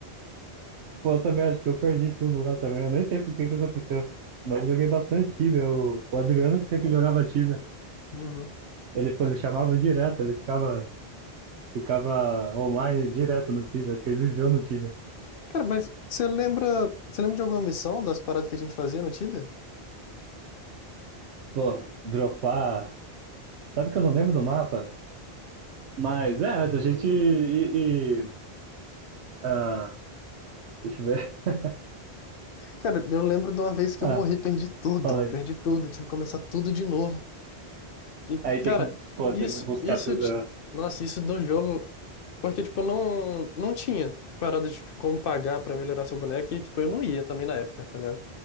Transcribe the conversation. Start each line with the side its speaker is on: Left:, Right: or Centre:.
Right: Pô, eu também acho que eu perdi tudo lá também. Eu nem sei por que que aconteceu. Mas eu joguei bastante Tibia. O, o Adriano que sempre jogava Tibia.
Left: Uhum.
Right: Ele, pô, ele chamava direto, ele ficava, ficava online direto no Tibia. Acho que ele viveu
Left: uhum.
Right: no Tibia.
Left: Cara, mas você lembra, você lembra de alguma missão das paradas que a gente fazia no Tibia?
Right: Pô, dropar. Sabe que eu não lembro do mapa? Mas é, da gente e, e- ah, deixa eu ver. <laughs>
Left: Cara, eu lembro de uma vez que
Right: Ah,
Left: eu morri, perdi tudo,
Right: falei.
Left: perdi tudo, tive que começar tudo de novo. E,
Right: Aí
Left: cara,
Right: tem que, pô,
Left: isso,
Right: tem que buscar
Left: isso
Right: tudo.
Left: de...
Right: é.
Left: Nossa, isso do jogo. Porque, tipo, não, não tinha parada de tipo, como pagar pra melhorar seu boneco e, tipo, eu não ia também na época, tá ligado?